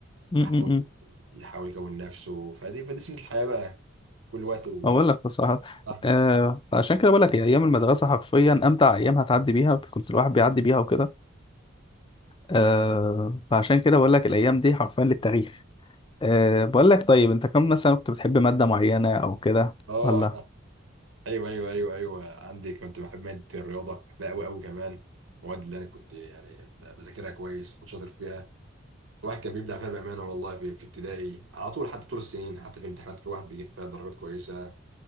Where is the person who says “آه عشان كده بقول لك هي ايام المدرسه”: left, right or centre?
Left